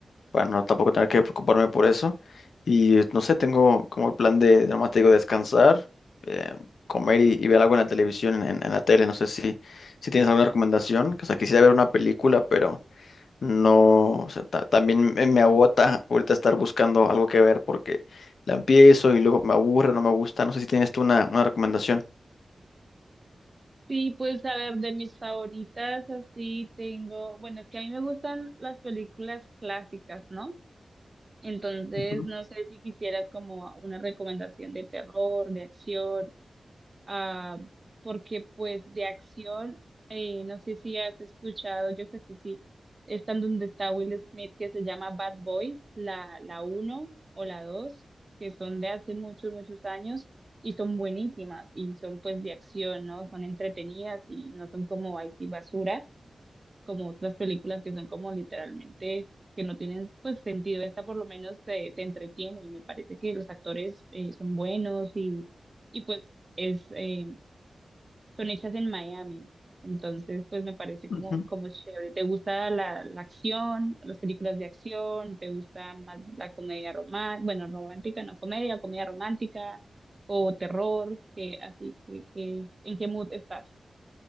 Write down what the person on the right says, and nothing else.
Sí, pues a ver, de mis favoritas así tengo, bueno, es que a mí me gustan las películas clásicas, ¿no? Entonces,
no sé si quisieras como una recomendación de terror, de acción ah, porque pues de acción, eh, no sé si has escuchado, yo creo que sí, están donde está Will Smith, que se llama Bad Boys, la, la uno o la dos que son de hace muchos, muchos años y son buenísimas y son pues de acción, ¿no? Son entretenidas y no son como ahí sí basura, como otras películas que son como literalmente... que no tienen pues sentido, esta por lo menos te, te entretiene y me parece que los actores eh, son buenos y, y pues es, eh, son hechas en Miami. Entonces, pues me parece como,
como chévere. ¿Te gusta la, la acción, las películas de acción? ¿Te gusta más la comedia romántica? Bueno, romántica, no comedia, comedia romántica o terror, que así, que, que- ¿en qué mood estás?